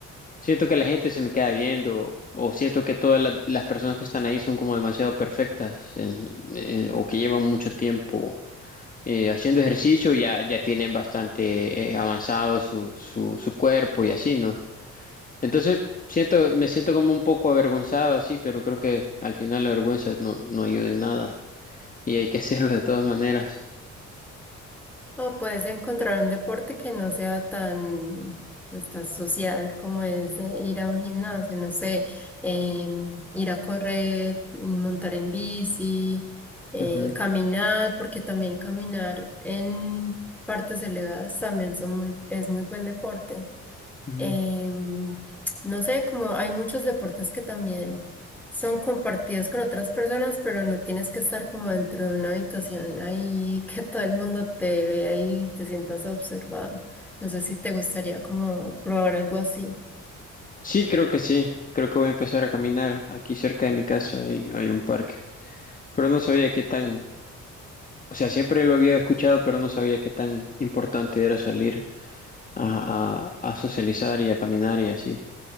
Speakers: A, on the left; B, in the centre.
A: siento que la gente se me queda viendo o siento que todas la- las personas que están ahí son como demasiado perfectas en- eh, o que llevan mucho tiempo eh, haciendo ejercicio, ya, ya tienen bastante eh, avanzado su, su, su cuerpo y así, ¿no? Entonces, siento, me siento como un poco avergonzado así, pero creo que al final la vergüenza no, no ayuda en nada y hay que <laughs> hacerlo de todas maneras.
B: O puedes encontrar un deporte que no sea tan, pues, tan social como es eh, ir a un gimnasio, no sé, em, ir a correr, montar en bici, eh,
A: Ujú,
B: caminar, porque también caminar en partes elevadas también son muy, es muy buen deporte.
A: ujú.
B: em, no sé, como hay muchos deportes que también son compartidos con otras personas, pero no tienes que estar como dentro de una habitación ahí <laughs> que todo el mundo te vea y te sientas observado. No sé si te gustaría como probar algo así.
A: Sí, creo que sí. Creo que voy a empezar a caminar aquí cerca de mi casa. Hay, hay un parque. Pero no sabía qué tan, o sea, siempre lo había escuchado, pero no sabía qué tan importante era salir a, a, a socializar y a caminar y así.